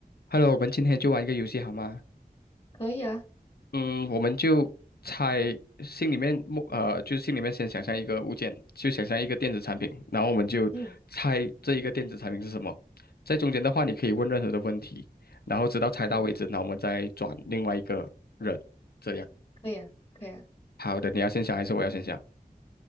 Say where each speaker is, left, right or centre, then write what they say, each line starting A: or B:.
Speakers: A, on the left (about 80°); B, on the left (about 35°).
A: Hello，我们今天就玩一个游戏好吗？
B: 可以啊，
A: 嗯，我们就猜心里面默呃，就是心里面先想象一个物件，就想象一个电子产品，然后我们就猜这一个电子产品是什么。
B: 嗯
A: 在中间的话，你可以问任何的问题，然后直到猜到为止，
B: 嗯，
A: 然后我们再转另外一个人，这样。
B: 可以啊，可以啊。
A: 好的，你要先想还是我要先想？